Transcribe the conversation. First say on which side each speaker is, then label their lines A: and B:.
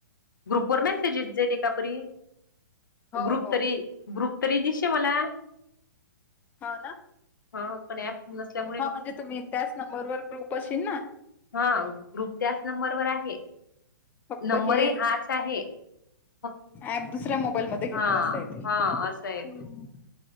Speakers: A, on the left; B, on the left.
A: ग्रुप वर मेसेजेस जे देतां परी,
B: हो
A: ग्रुप
B: हो
A: तरी, ग्रुप तरी दिसे मला
B: हो ना.
A: हा, पण ऍप नसल्याम
B: हा म्हणजे तुम्ही त्याच नंबरवर ग्रुप अशेन ना
A: हा ग्रुप त्याच नंबरवर आहे,
B: फक्त
A: नंबर
B: हे
A: ही हाच आहे. फक्
B: ऍप दुसऱ्या मोबाईलमध्ये घेतलं
A: हा
B: असं आहे ते
A: हा, असं आय
B: हाव
A: ते